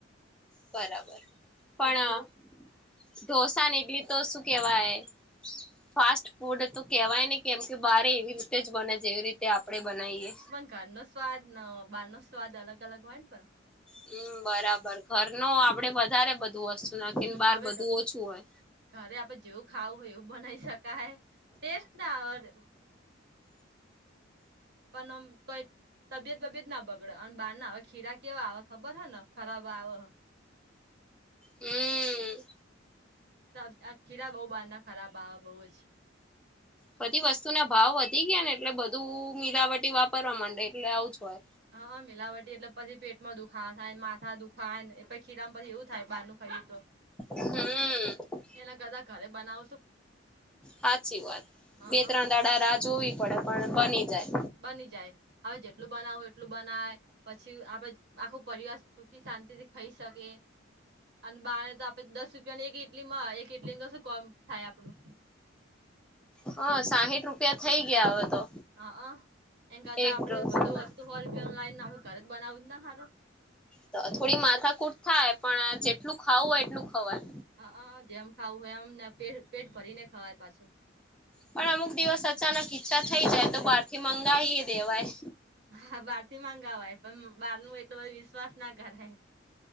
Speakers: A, in the centre; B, on the right (about 60°).
A: બરાબર, પણ
B: તો ખીરું
A: ઢોસા ને ઈડલી તો શું કેવાય ફાસ્ટ ફૂડ તો કેવાયન ને કેમ કે બારે એવી જ બને છે જેવી રી તે આપણેે બનાઈએ.
B: ઘર નો સ્વાદ નો બહાર નો સ્વાદ અલગ અલગ હોય ને પણ.
A: હમ્મ બરાબર ઘર ન આપડે વધારે બધું વસ્તુ નાખીને બાર
B: આપડે
A: બધું ઓછું હોય.
B: ઘરે આપડે જેવું ખાવું હોય એવું બનાવી શકાય ટેસ્ટ ના આવે પણ આમ તોઈ તબિયત બબિયત ના બગડે અને બહાર ના આવે ખીરા કેવા આવે ખબર હ ખરાબ આવહ.
A: હમ્મ.
B: તહ આ ખીરા બહુ બાર ના ખરાબ આવે બહુ જ.
A: બધી વસ્તુ ના ભાવ વધી ગયા ને એટલે બધું મિલાવટી વાપરવા માંડે એટલે આવું જ હોય.
B: હા મિલાવટી એટલે પછી પેટમાં દુખાવા થાય માથા દુખાય ને પછી ખીરામાં પછી એવું થાય બહાર નું ખાઈ તો <inaudible> <unintelligible>
A: હમ્મ.
B: એના કરતા ઘરે બનાવ
A: હાચી વાત બે
B: હ
A: ત્રણ દાડા રાહ જોવી પડે પણ બની જાય.
B: બની જાય હવે જેટલું બનાવું એટલું બનાય પછી આપડે આખું પરિવાર સુખી શાંતિ થી ખાઈ શકે અને બાર તો આપડે દસ જને એક ઇટલી માં એક ઇટલી તો શું કોમ થાય આપડું.
A: હ સાહીઠ રૂપિયા થઈ ગયા હવે તો.
B: હ અહ એમ કરતા
A: એક
B: આપડે
A: ઢોસાના.
B: બધું વસ્તુ હો રૂપિયા લઈને આપણે ઘરે જ બનાવું જ ના હારું.
A: તો અહ થોડી માથાકૂટ થાય પણ જેટલું ખાવું હોય એટલું ખવાય.
B: હ અહ જેમ ખાવું હોય એમને પેટ પેટ ભરી ને ખવાય પાછું.
A: પણ અમુક દિવસ અચાનક ઈચ્છા થઈ જાય તો બહાર થી મંગાવી દેવાય.
B: હા બહાર થી મંગાવાય પણ બાર નું એટલો બધો વિશ્વાસ ના કરાય.